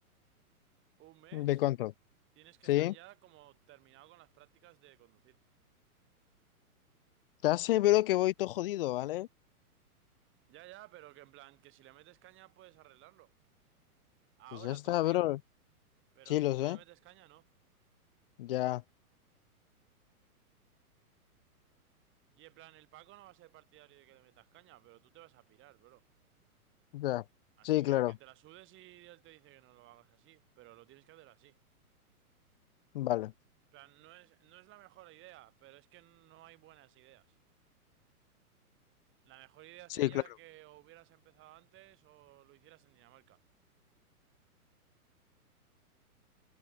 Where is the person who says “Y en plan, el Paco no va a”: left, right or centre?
Right